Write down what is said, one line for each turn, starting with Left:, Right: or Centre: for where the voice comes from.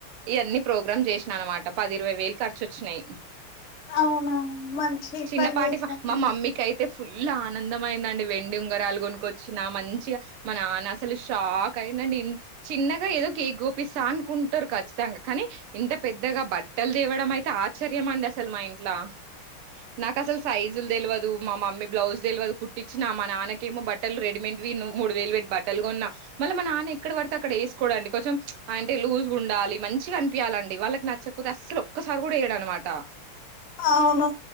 Right: ఇవన్ని ప్రోగ్రామ్ చేసిన అనమాట పది ఇరవై వేలు ఖర్చు వచ్చినాయి
Left: అవునా మంచి
Right: చిన్నపాటి
Left: పని చేసారు
Right: ఫ మా మమ్మీకి అయితే ఫుల్ ఆనందంమయిందండి వెండి ఉంగరాలు కొనుక్కొచ్చు వచ్చిన మంచిగా మా నాన్న అసలు షాక్ అయినండి చిన్నగా ఏదో కేక్ గోపిస్తా అనుకుంట ఉంటారు ఖచ్చితంగా కానీ ఇంత పెద్దగా బట్టలు తేవడం అయితే ఆశ్చర్యం అండి అసలు మా ఇంట్లో నాకు అసలు సైజులు తెలవదు మా మమ్మీ బ్లౌజ్ తెలవదు కుట్టించినా మా నాన్నకేమో బట్ బట్టలు రెడీమేడ్ వి మూడు వేలు పెట్ బట్టలు గోన్నా మళ్ళీ మన నాన్న ఎక్కడ పడితే అక్కడ వేసుకోడండి కొంచెం అంటే లూజ్గా ఉండాలి మంచిగా అనిపించాలండి వాళ్ళకి నచ్చకపోతే అసలు ఒక్కసారి కూడా వెయ్యడనమాట
Left: అవును